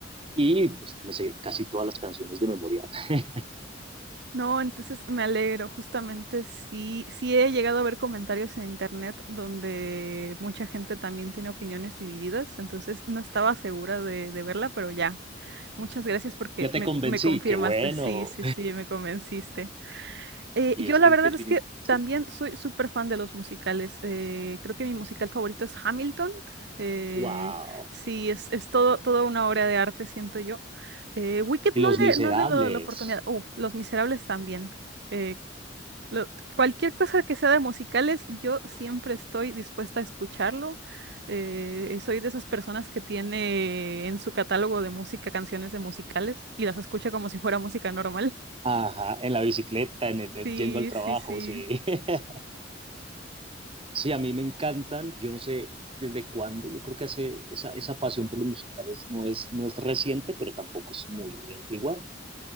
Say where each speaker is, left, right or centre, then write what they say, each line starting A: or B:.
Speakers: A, on the right; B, on the right.
A: y pues me sé casi todas las canciones de memoria. <laughs>
B: No, entonces me alegro. Justamente sí, sí he llegado a ver comentarios en internet donde mucha gente también tiene opiniones divididas. Entonces no estaba segura de, de verla, pero ya. Muchas gracias porque
A: Ya te
B: me,
A: convencí,
B: me confirmaste.
A: qué bueno.
B: Sí, sí, sí, me convenciste.
A: <laughs>
B: Eh,
A: y
B: yo
A: es
B: la
A: que
B: verdad
A: en definitiva,
B: es que
A: sí,
B: también soy súper fan de los musicales. eh, creo que mi musical favorito es Hamilton. eh,
A: wow.
B: sí, es, es todo, toda una obra de arte, siento yo. Eh, Wicked
A: Y
B: no
A: Los
B: le,
A: Miserables.
B: no le he dado la oportunidad. Uf, Los Miserables también. eh, lo- cualquier cosa que sea de musicales, yo siempre estoy dispuesta a escucharlo. eh, soy de esas personas que tiene en su catálogo de música canciones de musicales y las escucha como si fuera música normal. <laughs>
A: Ajá, en la bicicleta, en el, el-
B: Sí,
A: yendo al trabajo,
B: sí, sí.
A: sí. <laughs> Sí, a mí me encantan, yo no sé desde cuándo, yo creo que hace esa, esa pasión por los musicales no es, no es reciente, pero tampoco es muy, muy antigua.